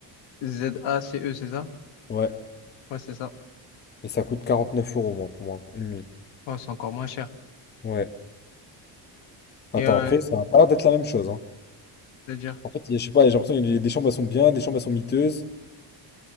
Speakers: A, on the left (about 85°); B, on the left (about 25°).
A: Z-A-C-E, c'est ça?
B: Ouais.
A: Ouais, c'est ça.
B: Et ça coûte 49 euros, moi, pour moi, pour une nuit.
A: Ouais, c'est encore moins cher.
B: Ouais. Attends,
A: Et euh,
B: après,
A: Ouais.
B: ça a pas l'air d'être la même chose, hein.
A: c'est-à-dire,
B: En fait, il- je sais pas, j'ai l'impression qu'il y a des chambres, elles sont bien, des chambres, elles sont miteuses.